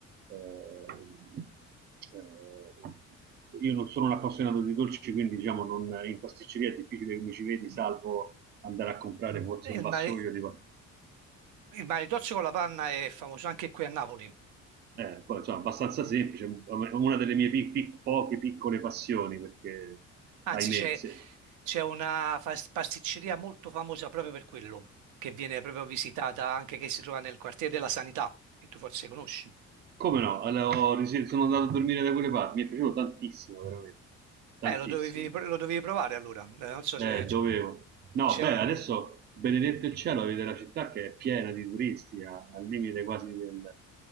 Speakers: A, on the right (about 35°); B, on the right (about 80°).
A: Eh, eh, io non sono un appassionato di dolci, quindi diciamo non, in pasticceria è difficile che mi ci vedi, salvo
B: Mm.
A: andare a comprare forse
B: E
A: un
B: Il
A: vassoio
B: mare,
A: di,
B: il maritozzo con la panna è famoso anche qui a Napoli.
A: Eh, poi, insomma, abbastanza semplice, è una delle mie pic- pic- poche piccole passioni, perché,
B: Anzi,
A: ahimè,
B: c'è
A: se-
B: c'è una fas- pasticceria molto famosa proprio per quello, che viene proprio visitata anche che si trova nel quartiere della Sanità, che tu forse conosci.
A: come no, allora, ho ris- sono andato a dormire da quelle parti, mi è piaciuto tantissimo, veramente, tantissimo.
B: Eh, lo dovevi, lo dovevi provare allora. Eh, Non so
A: Eh,
B: se
A: dovevo.
B: c-
A: No,
B: c'è.
A: beh, adesso, benedetto il cielo, vede la città che è piena di turisti, a- al limite quasi del,